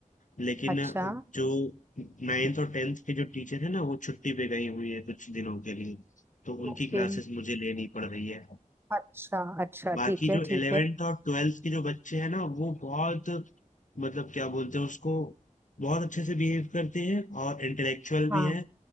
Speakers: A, on the left; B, on the right.
A: लेकिन
B: अच्छा
A: अ, जो नाइन्थ और टेंथ के जो टीचर है ना वो छुट्टी पे गई हुई है कुछ दिनों के लिए तो उनकी
B: ओके
A: क्लासेस मुझे लेनी पड़ रही है
B: अच्छा अच्छा
A: बाकी
B: ठीक
A: जो
B: है ठीक
A: इलेवेंथ
B: है
A: और ट्वेल्थ के जो बच्चे हैं ना वो बहुत मतलब क्या बोलते हैं उसको बहुत अच्छे से बिहेव करते हैं और इंटेलेक्चुअल
B: हाँ
A: भी हैं